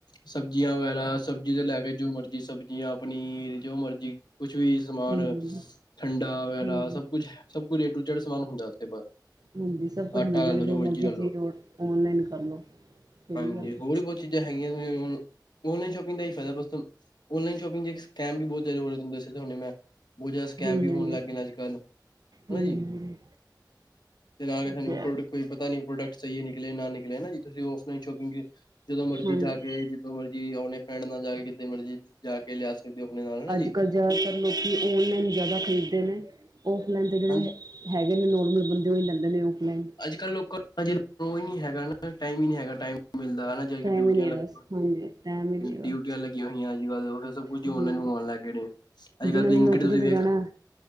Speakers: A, on the left; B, on the right.
A: ਸਬਜ਼ੀਆਂ ਵਾਲਾ ਸਬ ਜਿਹਦੇ ਲੈ ਕੇ ਜੋ ਮਰਜੀ ਸਬਜ਼ੀਆਂ ਪਨੀਰ ਜੋ ਮਰਜੀ ਕੁਛ ਵੀ ਸਮਾਨ
B: ਹਾਂਜੀ
A: ਠੰਡਾ ਵਗੈਰਾ
B: ਹਾਂਜੀ
A: ਸਭ ਕੁਛ ਐ ਸਭ ਕੁਝ ਏ ਟੂ ਜੈਡ ਸਮਾਨ ਹੁੰਦਾ ਉੱਥੇ
B: ਹਾਜੀ ਸਭ ਕੁਛ
A: ਆਟਾ
B: ਮਿਲ
A: ਲੈ
B: ਜਾਂਦਾ,
A: ਲੋ
B: ਜੋ ਮਰਜ਼ੀ
A: ਲੈ ਲੋ
B: ਚੀਜ਼ ਔਨਲਾਈਨ ਕਰ ਲਓ, ਸਹੀ
A: ਹਾਂਜੀ
B: ਗੱਲ ਐ।
A: ਹੋਰ ਵੀ ਬਹੁਤ ਚੀਜ਼ਾਂ ਹੈਗੀਆ ਵੀ ਉਨਾ ਨੂੰ, ਔਨਲਾਈਨ ਸ਼ੋਪਿੰਗ ਦਾ ਹੀ ਫਾਇਦਾ ਬਸ ਤਾਨੂੰ- ਔਨਲਾਈਨ ਸ਼ੋਪਿੰਗ ਇੱਕ ਸਕੈਮ ਵੀ ਬਹੁਤ ਜ਼ਿਆਦੇ ਹੋ ਜਾਦੇ ਸੀਗੇ ਤੇ ਮੈਂ ਬਹੁਤ ਜਿਆਦਾ ਸਕੈਮ
B: ਹਾਂਜੀ
A: ਵੀ
B: ਹਾਂਜੀ
A: ਹੋਨ ਲੱਗ ਗਏ ਨੇ ਅੱਜ- ਕੱਲ, ਹੈਨਾ
B: ਹਾਂਜੀ
A: ਜੀ
B: ਹਾਂਜੀ
A: ਤੇ ਆ
B: ਇਹ
A: ਤੁਹਾਨੂੰ
B: ਹੈ
A: ਪ੍ਰੋਡਕਟ ਕੋਈ ਪਤਾ ਨੀ ਪ੍ਰੋਡਕਟ ਸਹੀ ਨਿਕਲੇ ਆ ਨਾ ਨਿਕਲੇ, ਹੈਨਾ ਜੀ ਤੁਸੀਂ ਔਫਲਾਈਨ ਸ਼ੋਪਿੰਗ ਜਦੋਂ ਮਰਜ਼ੀ
B: ਹਾਂਜੀ
A: ਜਾ ਕੇ ਜਦੋ ਮਰਜੀ ਅਪਨੇ ਫਰੈਂਡ ਨਾਲ ਜਾ ਕੇ ਕਿਤੇ ਮਰਜ਼ੀ, ਜਾ ਕੇ ਲਿਆ ਸਕਦੇ ਹੋ ਆਪਣੇ ਨਾਲ ਹੈਨਾ ਜੀ
B: ਅੱਜ ਕੱਲ੍ਹ ਜ਼ਿਆਦਾਤਰ ਲੋਕੀ ਔਨਲਾਈਨ ਜ਼ਿਆਦਾ ਖਰੀਦਦੇ ਨੇ, ਔਫਲਾਈਨ ਦੇ ਜਿਹੜੇ
A: ਹਾਂਜੀ
B: ਹੈ ਹੈਗੇ ਨੇ ਨੋਰਮਲ ਬੰਦੇ, ੳਹੀ ਲੈਂਦੇ ਨੇ ਔਫਲਾੲਨ
A: ਅੱਜ -ਕੱਲ੍ਹ ਲੋਕਾਂ ਦਾ ਨੀ ਹੈਗਾ ਟਾਈਮ ਹੀ ਨੀ ਹੈਗਾ ਟਾਈਮ ਮਿਲਦਾ ਹੇਨਾ
B: ਟਾਈਮ
A: ਡਿਊਟੀਆਂ
B: ਹੀ ਨਹੀਂ
A: ਲੱਗੀਆਂ
B: ਹੈਗਾ
A: ਹੋਆਂ,
B: ਹਾਂਜੀ ਟਾਈਮ ਹੀ ਨਹੀਂ ਹੈਗਾ।
A: ਡਿਊਟੀਆਂ ਲੱਗੀਆਂ ਹੋਈਆਂ ਅੱਜ- ਕੱਲ ਸਭ ਕੁਝ
B: ਹਾਂਜੀ
A: ਉਨਲਾਈਨ ਮੰਗਵਾਉਣ ਲੱਗ ਗਏ ਨੇ, ਅੱਜ-
B: ਜਿਹਨਾਂ
A: ਕਲ ਬਿਲੰਕਿਟ
B: ਨੇ ਨੌਕਰੀ
A: ਤੁਸੀਂ
B: ਤੇ
A: ਵੇਖ
B: ਜਾਣਾ